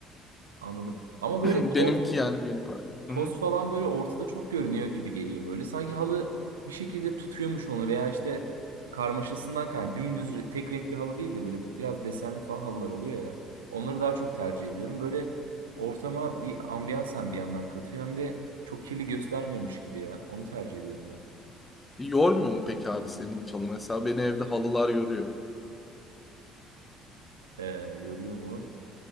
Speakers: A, on the right; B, on the left.
A: Anladım. Ama
B: <clears throat>
A: böyle toz
B: Benimki yani benim park.
A: Toz
B: Hı hı.
A: falan böyle ortada çok görünüyor gibi geliyor böyle. Sanki halı bir şekilde tutuyormuş onu veya işte karmaşasından kaynaklı. Dümdüz re- tek renk bir halı değil de böyle biraz desenli falan halılar oluyor ya. Onları daha çok tercih ediyorum. Böyle ortama bir ambiyans hem bir yandan katıyor hem de çok kirli göstermiyormuş gibi ya. Onu tercih ediyorum ben.
B: Yormuyor mu peki abi senin hiç halı? Mesela beni evde halılar yoruyor.
A: Ee, yoruyor mu?